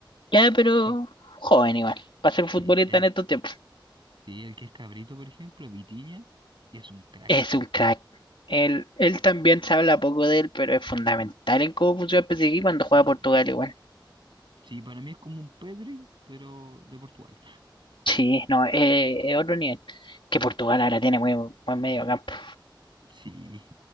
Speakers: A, on the left; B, on the right.
A: Ya, pero
B: El-
A: joven igual. Para ser futbolista
B: sí, el,
A: en estos tiempos.
B: sí, el que es cabrito, por ejemplo, Vitinha, que es un crack.
A: Es un crack. Él, él también se habla poco de él, pero es fundamental en cómo funciona el PSG cuando juega
B: Sí,
A: Portugal igual.
B: sí, para mí es como un Pedri, pero de Portugal.
A: Sí, no, eh, es otro nivel. Que Portugal ahora tiene muy buen medio campo.
B: Sí.